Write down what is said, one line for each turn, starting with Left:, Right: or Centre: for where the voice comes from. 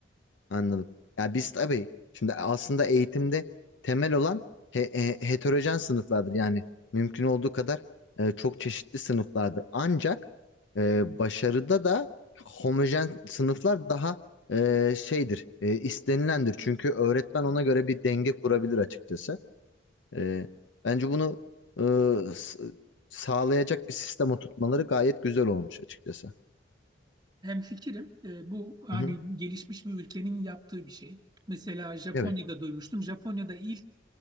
Left: Anladım. Ya biz tabii şimdi aslında eğitimde temel olan he- he- heterojen sınıflardır. Yani mümkün olduğu kadar e, çok çeşitli sınıflardır. Ancak e, başarıda da homojen sınıflar daha e, şeydir, e, istenilendir. Çünkü öğretmen ona göre bir denge kurabilir açıkçası. E, bence bunu e, s- sağlayacak bir sistem oturtmaları gayet güzel olmuş açıkçası.
Right: Hemfikirim. Ee, bu hani
Left: Hı hı.
Right: gelişmiş bir ülkenin yaptığı bir şey. Mesela Japonya'da
Left: Evet.
Right: duymuştum. Japonya'da ilk